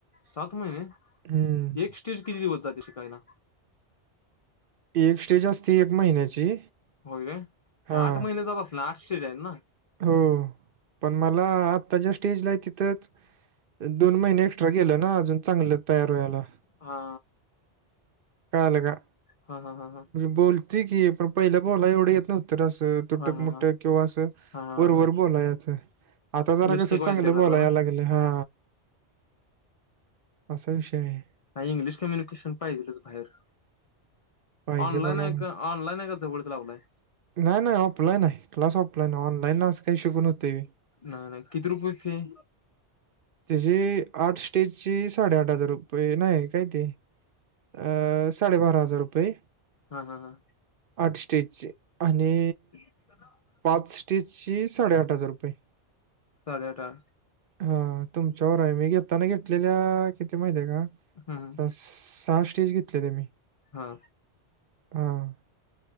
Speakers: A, on the left; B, on the right.
A: सात महिने.
B: हम्म.
A: एक स्टेज किती दिवस जाते शिकायला.
B: एक स्टेज असते एक महिन्याची.
A: होय काय.
B: हां.
A: आठ महिन्याचाच असणार आठ स्टेज आहेत ना.
B: हो, पण मला आता ज्या स्टेजला आहे तिथच दोन महीन एक्स्ट्रा गेल ना अजून चांगल तयार व्हायला.
A: हा
B: कळाल का?
A: हा हा हा हा
B: बोलते की. पण पहिल बोलायला एवढ येत नव्हत रे अस तुटक
A: हा हा
B: मुटक किंवा अस
A: हा
B: वरवर बोलायच. आता जरा
A: मिस्टेक
B: कस
A: व्हायची
B: चांगल
A: का जरा
B: बोला
A: जरा
B: या लागल. हा असा विषय आहे.
A: नाही इंग्लिश कम्युनिकेशन पाहिजेलच बाहेर.
B: पाहिजे
A: ऑनलाइन
B: बघा
A: आहे
B: मग
A: का. ऑनलाईन आहे का जवळच लावला आहे.
B: नाही नाही ऑफलाईन आहे. क्लास ऑफलाईन आहे. ऑनलाईन अस काही शिकून होते.
A: नाही नाही, किती रुपये फी आहे.
B: त्याची आठ स्टेजची साडेआठ हजार रुपये नाही काय ते. अं साडे बारा हजार रुपये
A: हा हा हा
B: आठ स्टेजचे. आणि
A: <unintelligible>
B: पाच स्टेजचे साडेआठ हजार रुपये.
A: साडेआठ ह
B: हा तुमच्यावर हाय, मी घेताना घेतलेल्या किती माहिती आहे का?
A: हम्म
B: स सहा सहाशेच घेतलेल्या मी
A: हा.
B: हां.